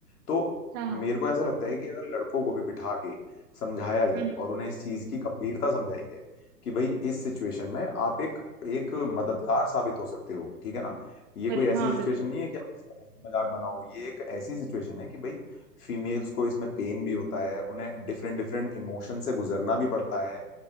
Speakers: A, on the left (about 60°); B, on the right (about 15°).
A: तो
B: हाँ हाँ
A: मेरे को ऐसा लगता है कि अगर लड़कों को भी बिठा के समझाया जाए
B: हम्म हम्म,
A: और उन्हें इस चीज़ की गंभीरता समझाई जाए कि भाई इस सिचुएशन में आप एक एक मददगार साबित हो सकते हो ठीक है ना ये
B: बिल्कुल
A: कोई ऐसी
B: हाँ
A: सिचुएशन
B: बिल्कुल
A: नहीं है कि आप इसका हंसी मजाक बनाओ ये एक ऐसी सिचुएशन है कि भाई फीमेल्स को इसमें पेन भी होता है उन्हें डिफरेंट डिफरेंट इमोशन से गुजरना भी पड़ता है